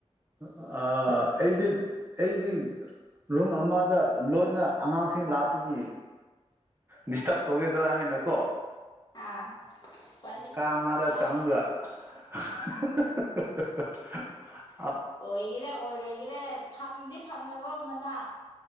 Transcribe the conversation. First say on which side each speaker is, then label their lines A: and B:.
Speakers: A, on the right; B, on the left.
A: ꯑ ꯑꯩꯗꯤ ꯑꯩꯗꯤ꯫ ꯔꯨꯝ ꯑꯃꯗ ꯂꯣꯟꯅ ꯑꯉꯥꯡꯁꯤꯡ ꯂꯥꯞꯄꯒꯤ꯫ ꯗꯤꯁꯇꯥꯞ ꯇꯧꯒꯤꯗ꯭ꯔ ꯍꯥꯏꯅ ꯀꯣ꯫
B: ꯑꯥ ꯎꯄꯥꯏ ꯂꯩꯇꯦ
A: ꯀꯃꯗ
B: ꯇꯥꯒꯦꯔ
A: ꯆꯥꯡꯒꯥ <unintelligible>
B: ꯑꯣꯏꯒꯦꯔꯦ ꯑꯣꯏꯔꯣꯏꯒꯦꯔꯦ ꯐꯪꯗꯤ ꯐꯪꯅꯕ ꯑꯃꯅ